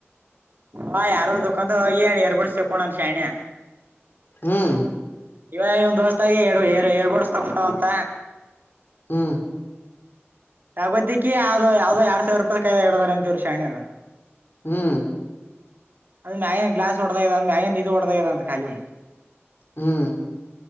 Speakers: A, on the right; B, on the left.
A: ಹಾ ಯಾರ ದದುಕನ್ದ ಏ ಏರ್ ಬಡ್ತ ಕೋಣನ್ ಶಣಿಯ
B: ಹ್ಮ್
A: ಇವಾಗ ಇನ್ ದೋಸ್ತಾಗಿ ಎ ಎಡ್ಬಡಸ್ ತಕೊಂಡ್ ಅಂತ
B: ಹ್ಮ್
A: ತಗೋತಿ ಯಾವ್ದೋ ಯಾವ್ದೋ ಎರಡ್ ಸಾವಿರ ರೂಪಾಯಿ ಕಾಯ್ದಾ ಹೇಳಡದಾರ ಅಂತೀವ್ರ ಶಣರ
B: ಹ್ಮ್
A: ಅದ ಮ್ಯನ್ ಗ್ಲಾಸ್ ಹೊಡೆದಾಗದ ಮನ್ ಇದು ಹೊಡೆದಾಗದ ಅಂತ ಖಾಲಿ
B: ಹ್ಮ್